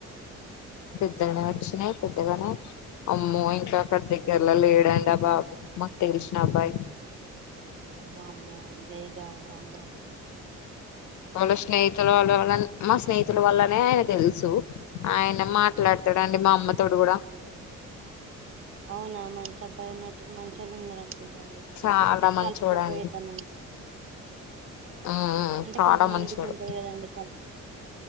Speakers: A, on the left; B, on the right.
A: పెద్దగనే వచ్చినాయి పెద్దగానే. అమ్మో ఇంకా అక్కడ దగ్గర లో లేడండి ఆ బాబు మాకు తెలిసిన అబ్బాయి
B: వామ్మో ఇంక ఎంగాలే వామ్మో
A: వాళ్ళ స్నేహితులు వాళ్ళు ఎవరన్నా మా స్నేహితుల వల్లనే తెల్సు ఆయన మాట్లాడతాడండి మా అమ్మతోటి గూడా <inaudible>
B: అవునా మంచి అబ్బాయి ఉన్నట్టు మంచొళ్ళు ఉన్నారనుకుంట. అండి
A: చాలా మంచోడండి
B: కలుపుకపోయె తనం
A: ఉమ్
B: అంటే
A: చాలా
B: కొంతమందికి
A: మంచోడు
B: ఉంటది కదండి కల్